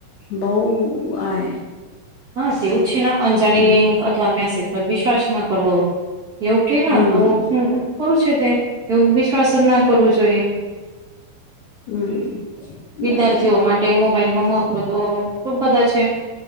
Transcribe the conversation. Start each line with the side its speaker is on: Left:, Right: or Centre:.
Left: બહ આ
Right: હા તેવું છે અંજાની
Left: હમ
Right: લિંક અથવા મેસેજ પર વિશ્વાસ ના કરવો એવું કે ના
Left: હમ
Right: તો કરું છે તે એવું વિશ્વાસ જ ના કરવું જોઈએ
Left: હમ
Right: વિદ્યાર્થીઓ
Left: બરાબર
Right: માટે મોબાઈલ નો મહત્વ તો ખુબ બધા છે